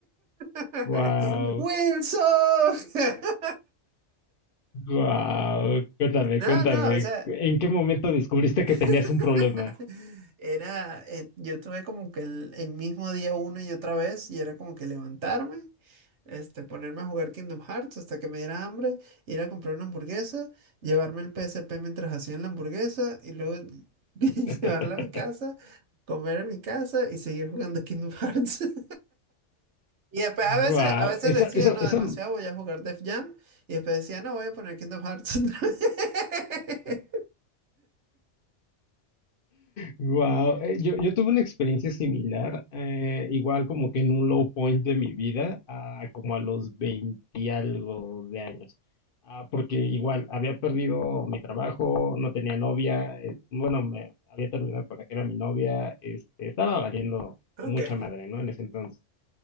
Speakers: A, on the right; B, on the left.
A: <laughs>
B: Wow,
A: ¡Wilson! <laughs>
B: wow, cuéntame,
A: No,
B: cuéntame,
A: no, o sea,
B: ¿en qué momento descubriste que tenías
A: <laughs>
B: un problema?
A: Era, eh, yo tuve como que el, el mismo día una y otra vez y era como que levantarme, este, ponerme a jugar Kingdom Hearts hasta que me diera hambre, ir a comprar una hamburguesa, llevarme el PSP mientras hacían la hamburguesa y luego <laughs>
B: <laughs>
A: llevarla a mi casa, comer en mi casa y seguir jugando Kingdom Hearts. <laughs> Y después a
B: Wow,
A: veces, a veces
B: eso,
A: decía,
B: eso,
A: no,
B: eso,
A: demasiado, voy a jugar Def Jam y después decía, no, voy a poner Kingdom Hearts. otra vez".
B: Wow, yo, yo tuve una experiencia similar, eh, igual como que en un low point de mi vida, ah, como a los 20 y algo de años, Ah, porque igual había perdido mi trabajo, no tenía novia, eh, bueno, me había terminado con la que era mi novia, este, estaba valiendo
A: <laughs>
B: mucha
A: Ok.
B: madre, ¿no? En ese entonces.